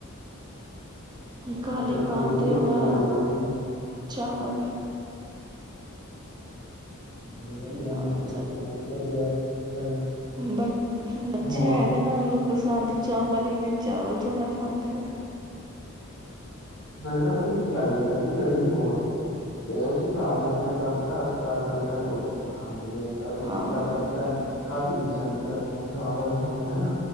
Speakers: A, on the left; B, on the right.
A: ਨਾਲ
B: ਕਾਲੀ
A: ਫਿਰ
B: ਮਾਂ
A: ਤੰਦੂਰੀ
B: ਦੇ
A: ਰੋਟੀ
B: ਨਾਲ
A: ਬਣਾਈ ਹੋਣੀ
B: ਚਾਵਲ।
A: <unintelligible> ਬੜੇ ਵਧੀਆ
B: ਨਾਲ
A: ਨੇ <unintelligible> ਬੋਤ ਵਧੀਆ। <unintelligible>
B: ਬਚ ਬੱਚੇ
A: ਹੋਰ
B: ਆਏ ਦੇ ਨੇ ਉਹਨਾ ਨੂੰ ਪਸੰਦ ਚਾਵਲ ਈ ਨੇ ਚਾਵਲ ਜ਼ਿਆਦਾ ਖਾਂਦੇ ਨੇ
A: ਨਾਲੈ ਨਾ ਪਤਾ ਕੀ ਗੱਲ ਏ ਭੈਣ ਜੀ ਗਰਮੀ ਬੋਤ ਏ ਤੇ ਉਸ ਹਿਸਾਬ ਨਾਲ ਫੇਰ ਤੁਹਾਨੂੰ ਪਤਾ ਅੱਜ ਕੱਲ ਹਲਕਾ ਈ ਭੋਜਨ ਸਭ ਖਾਂਦੇ ਨੇ ਰੋਟੀ
B: ਹਾਂ
A: ਤਾ ਤੁਹਾਨੂੰ ਪਤਾ ਏ ਖਾਦੀ ਨੀ ਜਾਂਦੀ ਗਰਮੀਆਂ ਚਾਵਲ ਹੋ ਜਨ ਹੈਨਾ